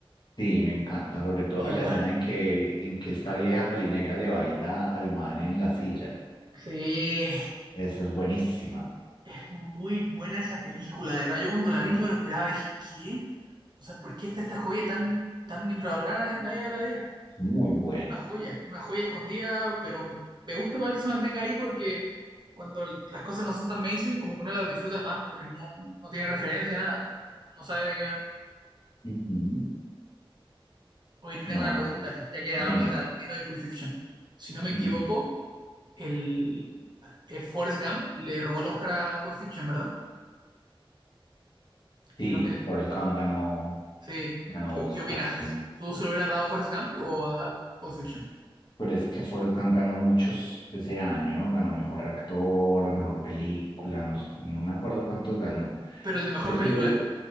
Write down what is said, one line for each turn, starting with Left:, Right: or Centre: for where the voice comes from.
Left: Sí, me encanta. Sobre
Right: A
Left: todo
Right: mí igual.
Left: la escena en que, en que esta vieja pelinegra le baila al man en la silla.
Right: Sí,
Left: Esa es buenísima.
Right: es muy buena esa película, de verdad. Yo cuando la
Left: Uf,
Right: vi no me lo esperaba, dije, ¿qué? O sea, ¿por qué está esta joya tan, tan infravalorada? Nadie habla de ella.
Left: muy buena.
Right: Una joya, una joya escondida, pero me gusta igual que se mantenga ahí porque cuando l- las cosas no son tan mainstream, como que uno las disfruta más porque no, no tiene referencia, nada, no no sabe de qué van.
Left: Ujú.
Right: Oye, te
Left: No,
Right: tengo una pregunta,
Left: es, es-
Right: ya que hablamos
Left: Dime.
Right: de Tarantino y Pulp Fiction. Si no me
Left: Mm,
Right: equivoco, el, eh, Forrest Gump le robó el Oscar a Pulp Fiction, ¿verdad?
Left: Sí,
Right: Creo que
Left: Forrest Gump ganó,
Right: sí.
Left: ganó
Right: ¿Qué,
Left: Oscar,
Right: qué opinas?
Left: sí.
Right: ¿Tú se lo hubieras dado a Forrest Gump o a Pulp Fiction?
Left: Pero es que Forrest Gump ganó muchos ese año, ganó mejor actor, mejor película, no, s- no me acuerdo cuántos ganó.
Right: Pero el de mejor
Left: Yo
Right: película,
Left: se lo, el